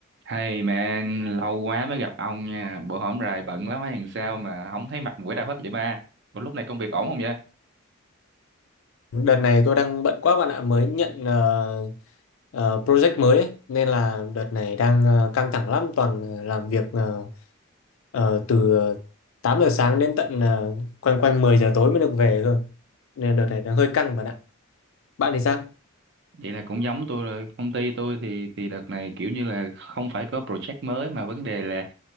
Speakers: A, on the right (about 55°); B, on the left (about 70°).
A: Hey man, lâu quá mới gặp ông nha. Bữa hổm rày bận lắm hay làm sao mà không thấy mặt mũi đâu hết vậy ba. Ủa lúc này công việc ổn không vậy?
B: Đợt này tôi đang bận quá bạn ạ, mới nhận ờ, ờ, project mới ấy. Nên là đợt này đang ờ, căng thẳng lắm, toàn ờ, làm việc ờ, ờ, từ ờ, 8 giờ sáng đến tận ờ, quanh quanh 10 giờ tối mới được về cơ. Nên đợt này đang hơi căng bạn ạ. Bạn thì sao?
A: vậy là cũng giống tôi rồi công ty tôi thì thì đợt này kiểu như là không phải có project mới mà vấn đề là